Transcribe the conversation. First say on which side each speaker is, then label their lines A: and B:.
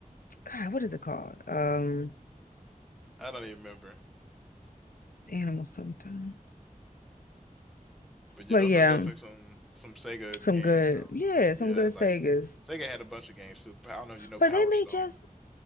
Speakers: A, on the left; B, in the centre.
A: God, what is it called? Um,
B: I don't even remember.
A: animal something.
B: But yeah,
A: But
B: those
A: yeah,
B: are definitely some some Sega
A: some
B: games.
A: good,
B: Um,
A: yeah,
B: yeah,
A: some good Segas.
B: like Sega had a bunch of games too. I don't know if you know
A: But
B: Power
A: then they
B: Stone.
A: just,